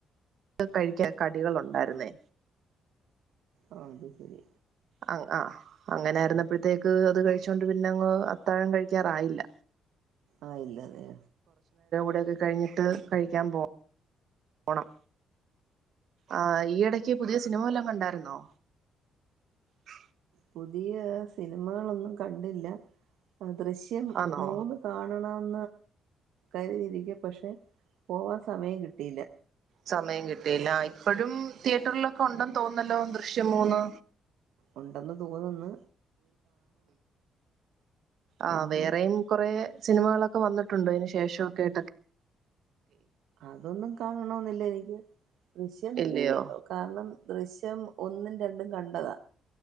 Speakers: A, on the right; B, on the right.
A: അത് കഴിക്കാൻ കടികളുണ്ടായിര്ന്നേ
B: ആ അത് ശരി
A: അ ആ് അങ്ങനൊയിരുന്നപ്പോഴത്തേക്ക്
B: ആ
A: അത് കഴ കച്ചൊണ്ട് പിന്നെ അങ്ങ് അത്താഴം കഴിക്കാറായില്ല
B: ആഹ ഇല്ലതെയ
A: അടെക്കെ കഴിഞ്ഞിട്ട് കഴിക്കാൻ പോ പോണം ആ് ഈ ഇടയ്ക്ക് പുതിയ സിനിമെല്ലാം കണ്ടായിരുന്നോ ആ
B: പുതിയ സിനിമകളൊന്നും കണ്ടില്ല ദൃശ്യം
A: ആന്നോ
B: മൂന്ന് കാണണം കരുതിരിക്ക പക്ഷെ പോവാൻ സമയം കിട്ടിയില്ല
A: സമയം കിട്ടിയില്ല ഇപ്പോഴും തിയേറ്ററിലൊക്കെ ഉണ്ടെന്ന് തോന്നല്ലോ ദൃശ്യം മൂന്ന്
B: ഉണ്ടെന്ന് തോന്നന്ന്
A: ആ
B: എന്ന്
A: വേറെയും കൊറെ സിനിമകളൊക്കെ വന്നിട്ടുണ്ട്ോ അതിനന് ശേഷമൊ കേെ കേട്ടൊക്കെ
B: അതൊന്നും കാണണെന്നില്ല എനിക്ക് ദൃശ്യംത്രീ
A: ഇല്ലയോ
B: കാരണം ദൃശ്യ ം ഒന്നും രണ്ടും കണ്ടതാ